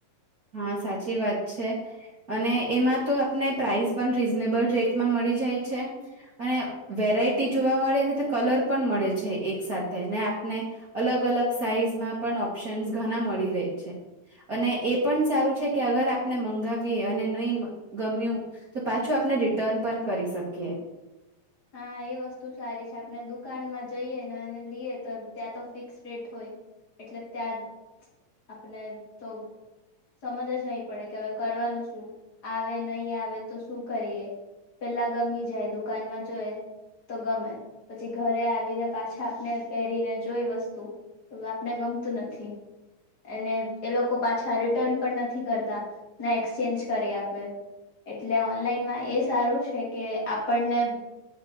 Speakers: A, on the right (about 55°); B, on the left (about 25°).
A: હા સાચી વાત છે. અને એમાં તો આપને પ્રાઇસ પણ રીઝનેબલ રેટમાં મળી જાય છે. અને વેરાયટી જોવા મળે છે તો કલર પણ મળે છે એક સાથે ને આપને અલગ અલગ સાઈઝમાં પણ ઓપ્શન્સ ઘણા મળી રહી છે અને એ પણ સારું છે કે અગર આપને મંગાવીએ અને નહી ગમ્યું તો પાછું આપણે રિટર્ન પણ કરી શકીએ.
B: હા એ વસ્તુ સારી છે આપણે દુકાનમાં જઈએ ને અને લઈએ તો ત્યાં તો ફિક્સ રેટ હોય. એટલે ત્યાજ આપને તો સમજ જ નહી પડે કે હવે કરવાનું શું આવે નહી આવે તો શું કરીએ. પેલા ગમી જાય દુકાનમાં જો એ તો ગમે પછી ઘરે આવીને પાછા આપને પહેરીને જોઈ વસ્તુ તો આપને ગમતું નથી. અને એ લોકો પાછા રિટર્ન પણ નથી કરતા ના એક્સચેન્જ કરી આપે. એટલે ઓનલાઈનમાં એ સારું છે કે આપણને